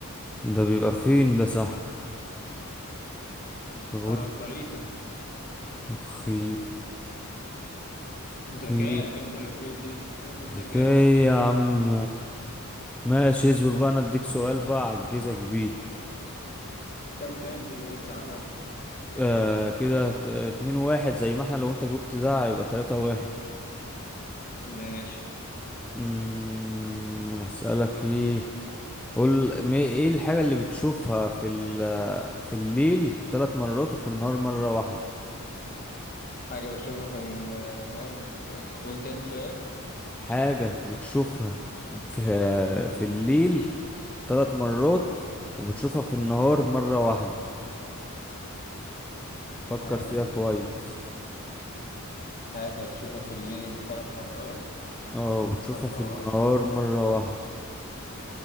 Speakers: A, in the centre; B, on the left.
A: ده بيبقى فين ده صاحبي بقول
B: على الخريطه
A: اخي اخي
B: ذكاء انت اللي قلت لي اديني ذكاء خد
A: ذكي
B: ذكاء
A: يا عم ماشي اصبر بقى انا اديك سؤال بقى اعجزك بيه
B: كام كام كده بس عرفني
A: آه كده ت- اتنين واحد زي ما احنا لو انت جبت ده هيبقى تلاتة واحد
B: ماشي
A: امم اسألك ايه قول ما- ايه الحاجة اللي بتشوفها في ال... في الليل تلات مرات وفي النهار مرة واحدة
B: حاجة بشوفها في النهار قول تاني سؤال
A: حاجة بتشوفها في في الليل تلات مرات وبتشوفها في النهار مرة واحدة فكر
B: حاجة
A: فيها
B: بشوفها
A: كويس
B: في حاجة بشوفها في الليل ثلاث مرات
A: اه بتشوفها
B: والنهار
A: في النهار
B: مرة
A: مرة
B: واحدة
A: واحدة